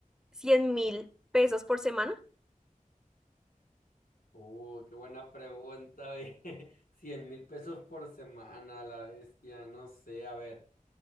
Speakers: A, in the centre; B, on the left.
A: cien mil pesos por semana?
B: Uh, qué buena pregunta, ve. <laughs> 100 mil pesos por semana, la bestia, no sé, a ver.